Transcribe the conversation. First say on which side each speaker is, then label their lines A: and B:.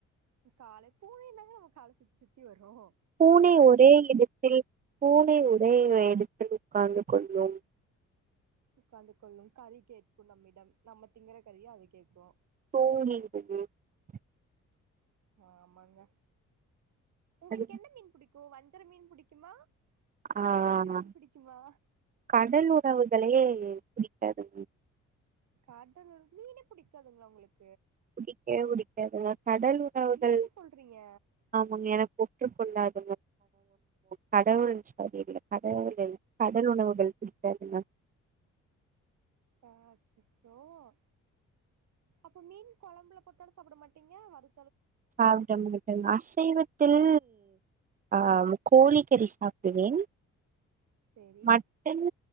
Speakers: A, on the right; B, on the right.
A: காலை பூனயுந்தாங்க நம்ம கால சுத்தி சுத்தி வரும்
B: பூனை ஒரே இடத்தில் பூனை ஒரே இடத்தில் உட்கார்ந்து கொள்ளும்
A: உட்காந்து கொள்ளும் கறி கேட்கும் நம்மிடம் நம்ம திங்குற கறிய அது கேட்கும்
B: <unintelligible>
A: ஆமாங்க உங்களுக்கு
B: அது
A: என்ன மீன் புடிக்கும் வஜ்ஜர மீன் புடிக்குமா
B: ஆஹ்
A: கடல் மீன் புடிக்குமா
B: கடல் உறவுகளே செரி
A: கடல் மீனு புடிக்காதுங்களா உங்களுக்கு
B: புடிக்கவே புடிக்காதுங்க கடல் உணவுகள்
A: என்ன சொல்றீங்க
B: ஆமங்க எனக்கு ஒத்துக்கொள்ளாது கடல் சரியில்ல இல்ல கடலிலுள்ள கடல் உணவுகள் பிடிக்காதுங்க
A: <unintelligible> அப்ப மீன் குழம்புல போட்டோடுத்து சாப்பிட மாட்டீங்க வரு
B: சாப்பிட மாட்டேங்க அசைவத்தில் ஆஹ் கோழிக்கறி சாப்பிடுவேன்
A: சேரி
B: மட்டன்